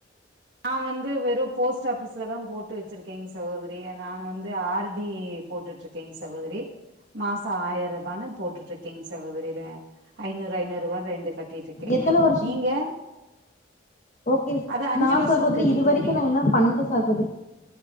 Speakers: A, on the right; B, on the left.
A: நா வந்து வெறு போஸ்ட் ஆஃபிஸ்ல தா போட்டு வச்சிருக்கேங்க சகோதரி நா வந்து ஆர் டி போட்டுட்டு இருக்கேங் சகோதரி மாசோ ஆயிரரூபான்னு போட்டுட்டு இருக்கேங்க சகோதரி ஐநூறு ஐநூறு ரூபான்னு ரெண்டு கட் டிட்டு இருக்கேங்க
B: எத்தன வருஷோ
A: நீங்க
B: ஓகே
A: அது அஞ்சு
B: நா
A: வருஷத்துக்குங்
B: சகோதரி இது
A: தோழி
B: வரைக்கும் நா இன்னு பண்ணல சகோதரி